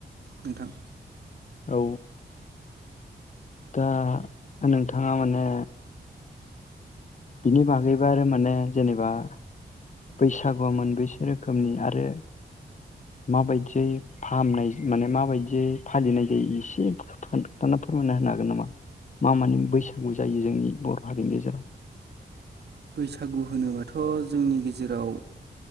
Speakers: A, on the right; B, on the left.
A: नोंथां
B: औ दा नों थांङा माने बिनि बागैबो आरो माने जेनेबा बैसागुआ मोन बैसो रोखोमनि आरो माबायदियै फाहामनाय माने माबायदियै फालिनाय जायो एसे खोनथा फोरमायना होनो हागोन नामा मा मानि बैसागु जायो जोंनि बर हारिनि गेजेराव
A: बैसागु होनोबाथ जोंनि गेजेराव